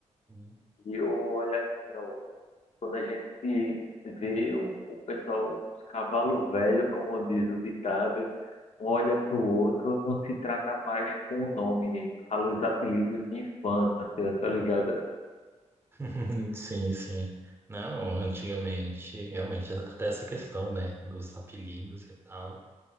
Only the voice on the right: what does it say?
hum.
<laughs> Sim, sim. Não, antigamente, realmente, até essa questão, né, dos apelidos e tal.